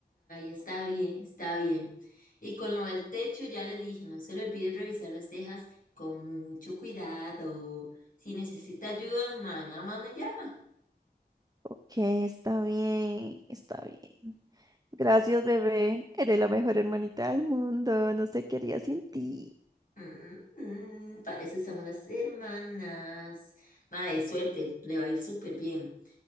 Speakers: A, on the left; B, on the right.
A: está bien, está bien. Y con lo del techo ya le dije, no se le olvide revisar las tejas con mucho cuidado. Si necesita ayuda, ma, nada más me llama.
B: Ok, está bien, está bien. Gracias, bebé. Eres la mejor hermanita del mundo. No sé qué haría sin ti.
A: Mm, mm, para eso estamos las hermanas. Ma, de suerte, le va a ir súper bien.